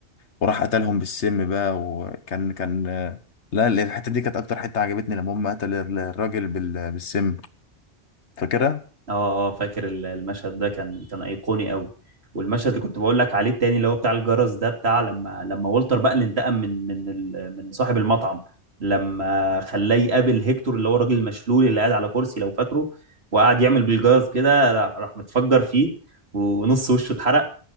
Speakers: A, on the left (about 80°); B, on the right (about 65°).
A: وراح قتلهم بالسم بقى وكان كان آه، لا الحته دي كانت اكتر حته عجبتني لما هم قتل الراجل بال... بالسم فاكرها
B: اه اه فاكر ال- المشهد ده كان كان ايقوني قوي والمشهد اللي كنت بقول لك عليه التاني اللي هو بتاع الجرس ده بتاع لما لما والتر بقى اللي انتقم من من ال- من صاحب المطعم لما خلاه يقابل هيكتور اللي هو الراجل المشلول اللي قاعد على كرسي لو فاكره وقعد يعمل بالجرس كده را- راح متفجر فيه ونص وشه اتحرق